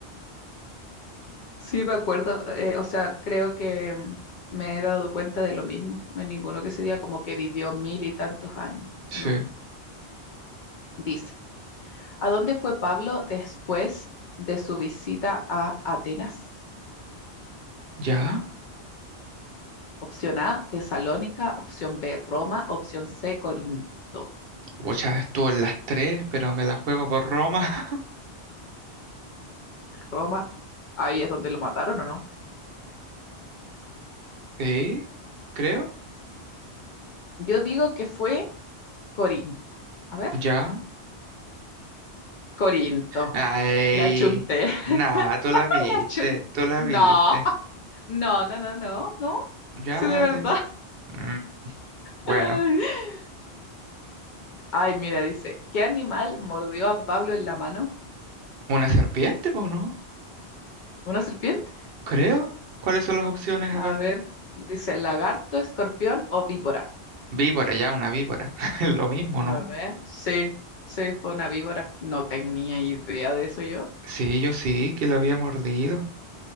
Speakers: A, on the left; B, on the right.
A: Sí, me acuerdo. eh, o sea, creo que mm, me he dado cuenta de lo mismo. No hay ninguno que se diga como que vivió mil y tantos años.
B: Sí.
A: No. Dice, ¿a dónde fue Pablo después de su visita a Atenas?
B: ¿Ya?
A: Opción A, Tesalónica. Opción B, Roma. Opción C, Corinto.
B: Muchas estuvo en las tres, pero me la juego por Roma. <laughs>
A: Roma, ahí es donde lo mataron o no.
B: Sí, creo,
A: Yo digo que fue Corinto. A ver,
B: ya.
A: Corinto.
B: Ay,
A: La chunté. <laughs>
B: nada, tú la viste,
A: La chun-
B: tú la
A: No,
B: viste.
A: no, no, no, no, no.
B: Ya
A: Sí, de verdad.
B: te... Mm, Bueno,
A: <laughs> Ay, mira, dice, ¿qué animal mordió a Pablo en la mano?
B: una serpiente, pues, ¿no?
A: ¿Una serpiente?
B: Creo. ¿Cuáles son las opciones?
A: A
B: A ver.
A: ver, dice, ¿lagarto, escorpión o víbora?
B: Víbora, ya, una víbora. <laughs> Lo mismo, ¿no?
A: A ver, sí, sí, fue una víbora. No tenía idea de eso yo.
B: Sí, yo sí, que lo había mordido.